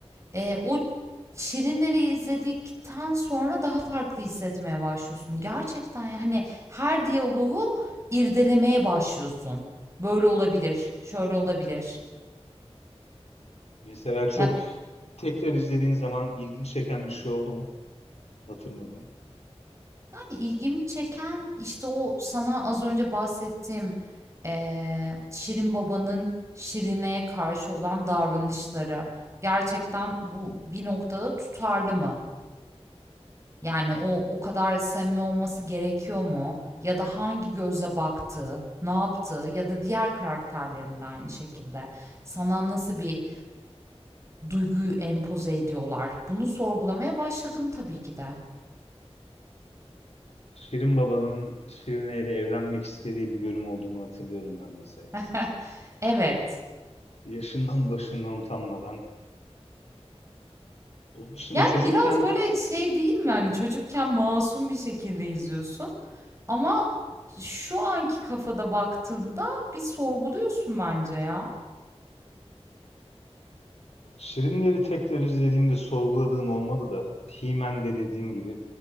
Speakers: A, on the right; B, on the left.
A: eee, o Şirinleri izledikten sonra daha farklı hissetmeye başlıyorsun. Gerçekten, yani her diyaloğu irdelemeye başlıyorsun. Böyle olabilir, şöyle olabilir.
B: Mesela çok
A: Ya,
B: tekrar izlediğin zaman ilginç çeken bir şey oldu mu? Hatırladın.
A: yani, ilgimi çeken, işte, o sana az önce bahsettiğim, eee, Şirin Baba'nın Şirin'e karşı olan davranışları. Gerçekten bu bir noktada tutarlı mı? Yani o o kadar samimi olması gerekiyor mu? Ya da hangi gözle baktığı, ne yaptı ya da diğer karakterlerinde aynı şekilde sana nasıl bir duyguyu empoze ediyorlar? Bunu sorgulamaya başladım tabii ki de.
B: Şirin Baba'nın Şirine ile evlenmek istediği bir bölüm olduğunu hatırlıyorum ben mesela.
A: <laughs> Evet.
B: Yaşından başından utanmadan. Onun dışında
A: Yani
B: çocukken
A: biraz böyle şey değil mi? Yani çocukken masum bir şekilde izliyorsun ama şu anki kafada baktığında bir sorguluyorsun bence ya.
B: Şirinleri tekrar izlediğimde sorguladığım olmadı da He-Man'de dediğim gibi